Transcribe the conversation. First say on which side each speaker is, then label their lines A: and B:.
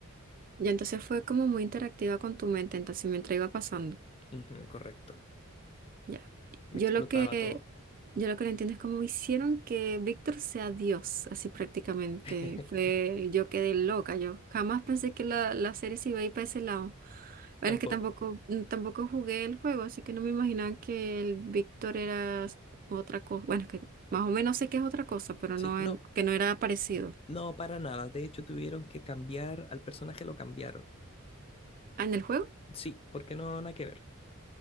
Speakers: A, on the right; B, on the left.
A: Y entonces fue como muy interactiva con tu mente, entonces mientras iba pasando.
B: Ujú, correcto,
A: Ya.
B: me
A: Yo
B: explotaba
A: lo que,
B: todo.
A: yo lo que no entiendo es cómo hicieron que Víctor sea Dios, así prácticamente.
B: <laughs>
A: Fue, yo quedé loca, yo jamás pensé que la, la serie se iba a ir para ese lado. Bueno,
B: Tampoco.
A: es que tampoco, mm, tampoco jugué el juego, así que no me imaginaba que el Víctor era s- otra cosa. Bueno, es que más o menos sé que es otra cosa, pero
B: Sí,
A: no
B: no,
A: en- que no era parecido.
B: No, para nada. De hecho, tuvieron que cambiar al personaje, lo cambiaron.
A: Ah, ¿en el juego?
B: Sí, porque no, nada que ver.